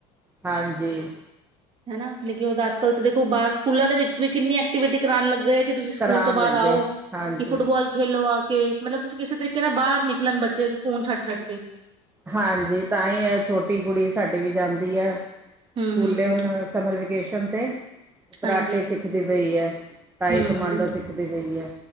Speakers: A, on the right; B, on the right.
A: ਹਾਂਜੀ
B: ਹਨਾ ਲੇਕਿ ਉਹਦਾ ਅੱਜ ਕਲ੍ਹ ਤਾਂ ਦੇਖੋ ਬਾਹਰ ਸਕੂਲ ਦੇ ਵਿੱਚ ਵੀ ਕਿੰਨੀ ਐਕਟੀਵਿਟੀ ਕਰਾ ਗਏ ਕਿ ਤੁਸੀਂ ਸਕੂਲ
A: ਕਰਾਉਣ
B: ਤੋਂ ਬਾਅਦ
A: ਲੱਗੇ
B: ਆਓ
A: ਹਾਂਜੀ
B: ਕਿ ਫੁੱਟਬਾਲ ਖੇਲੋ ਆ ਮਤਲਬ ਤੁਸੀਂ ਕਿਸੇ ਤਰੀਕੇ ਕਹਿੰ ਬਾਹਰ ਨਿਕਲਣ ਬੱਚੇ ਫੋਨ ਛੱਡ ਛੱਡ ਓਕੇ
A: ਹਾਂਜੀ ਤਾਂ ਹੀ ਆ ਛੋਟੀ ਕੁੜੀ ਸਾਡੀ ਵੀ ਜਾਂਦੀ ਆ ਸਕੂਲੇ
B: ਹੂੰ ਹੂੰ
A: ਹੁਣ ਸਮਰ ਵਿੱਚ ਗਸ਼ਨ ਤੇ ਕਰਾਟੇ
B: ਹਾਂਜੀ
A: ਸਿੱਖਦੀ ਪਈ ਹੈ ਤਾਈ
B: ਹੂੰ
A: ਕਮਾਂਡੋ ਸਿੱਖਦੀ ਪਈ ਹੈ